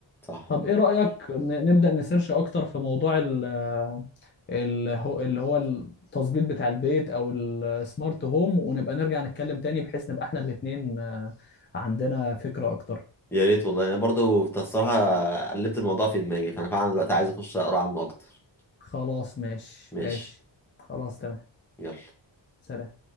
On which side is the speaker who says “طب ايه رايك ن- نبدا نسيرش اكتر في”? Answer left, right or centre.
Left